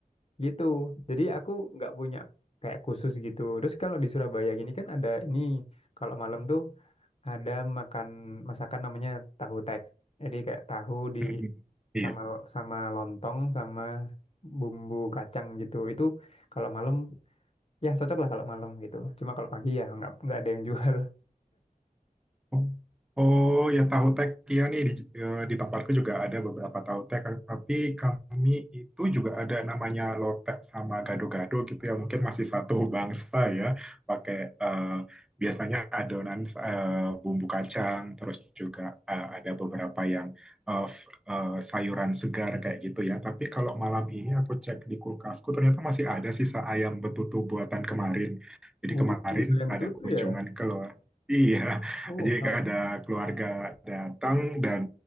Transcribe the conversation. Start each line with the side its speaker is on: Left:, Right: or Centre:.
Left: gitu jadi aku nggak punya kayak khusus gitu terus kalau di Surabaya gini kan ada ini kalau malam tuh ada makan masakan namanya tahu tek jadi kayak tahu di
Centre: Hmm. Iya
Left: sama sama lontong sama bumbu kacang gitu itu kalau malam ya cocok lah kalau malam gitu cuma kalau pagi ya nggak nggak ada yang jual <laughs>
Centre: Oh oh ya tahu tek ya nih di, eh, di tempatku juga ada beberapa tahu tek tapi kami itu juga ada namanya lotek sama gado-gado gitu ya mungkin masih satu <laughs> bangsa ya pakai eh, biasanya adonan eh, bumbu kacang terus juga eh, ada beberapa yang eh, f- eh, sayuran segar kayak gitu ya tapi kalau malam ini aku cek di kulkasku ternyata masih ada sisa ayam betutu buatan kemarin jadi
Left: Oh,
Centre: kemarin
Left: yang betul
Centre: ada kunjungan
Left: tuh ya.
Centre: ke Iya,
Left: Oh,
Centre: jadi
Left: nah,
Centre: ada keluarga datang dan